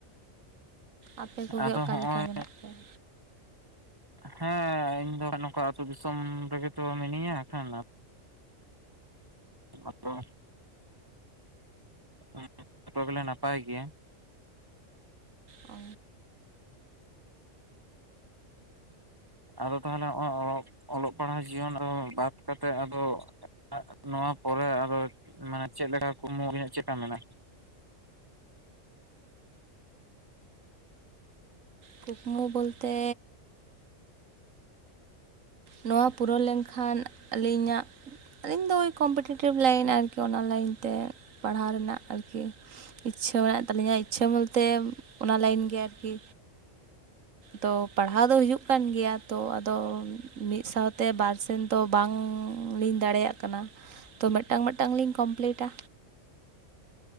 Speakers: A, on the right; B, on the right.
A: ᱟᱯᱮ ᱠᱚᱜᱮ
B: ᱟᱫᱚ
A: ᱚᱠᱟ
B: ᱦᱚᱸᱜᱼᱚᱭ
A: ᱞᱮᱠᱟ ᱢᱮᱱᱟᱜ ᱯᱮᱭᱟ?
B: ᱦᱮᱸ ᱤᱧ ᱫᱚᱜ ᱱᱚᱝᱠᱟ ᱟᱹᱛᱩ ᱫᱤᱥᱚᱢ ᱨᱮᱜᱮ ᱛᱚ ᱢᱤᱱᱟᱹᱧᱟ ᱠᱷᱟᱱ ᱟᱫᱚ <unintelligible> ᱡᱚᱛᱚ ᱜᱮᱞᱮ ᱱᱟᱯᱟᱭ ᱜᱮᱭᱟᱺ
A: ᱚ
B: ᱟᱫᱚ ᱛᱟᱦᱚᱞᱮ <inaudible> ᱚᱞᱚᱜ ᱯᱟᱲᱦᱟᱜ ᱡᱤᱭᱚᱱ ᱫᱚ ᱵᱟᱫ ᱠᱟᱛᱮᱫ ᱟᱫᱚ <unintelligible> ᱱᱚᱣᱟ ᱯᱚᱨᱮ ᱟᱨ ᱦᱚᱸ ᱢᱟᱱᱮ ᱪᱮᱫ ᱞᱮᱠᱟ ᱠᱩᱠᱢᱩ ᱟᱹᱵᱤᱱᱟᱜ ᱪᱮᱫᱠᱟ ᱢᱮᱱᱟ
A: ᱠᱩᱠᱢᱩ ᱵᱚᱞᱛᱮ ᱱᱚᱣᱟ ᱯᱩᱨᱟᱹᱣ ᱞᱮᱱᱠᱷᱟᱱ ᱟᱹᱞᱤᱧᱟᱜ ᱤᱧ ᱫᱚ ᱳᱭ ᱠᱚᱢᱯᱤᱴᱮᱴᱤᱵᱷ ᱞᱟᱭᱤᱱ ᱟᱨᱠᱤ ᱚᱱᱟ ᱞᱟᱭᱤᱱ ᱛᱮ ᱯᱟᱲᱦᱟᱣ ᱨᱮᱱᱟᱜ ᱟᱨᱠᱤ ᱤᱪᱪᱷᱟᱹ ᱢᱮᱱᱟᱜ ᱛᱟᱹᱞᱤᱧᱟ, ᱤᱪᱪᱷᱟᱹ ᱵᱚᱞᱛᱮ ᱚᱱᱟ ᱞᱟᱭᱤᱱ ᱜᱮ ᱟᱨᱠᱤ ᱛᱚ ᱯᱟᱲᱦᱟᱣ ᱫᱚ ᱦᱩᱭᱩᱜ ᱠᱟᱱ ᱜᱮᱭᱟ, ᱛᱚ ᱟᱫᱚ ᱢᱤᱫ ᱥᱟᱶᱛᱮ ᱵᱟᱨ ᱥᱮᱱ ᱫᱚ ᱵᱟᱝᱞᱤᱧ ᱫᱟᱲᱮᱭᱟᱜ ᱠᱟᱱᱟ᱾ ᱛᱚ ᱢᱮᱫᱴᱟᱝ ᱢᱮᱫᱴᱟᱝ ᱞᱤᱧ ᱠᱚᱢᱯᱞᱤᱴᱟ᱾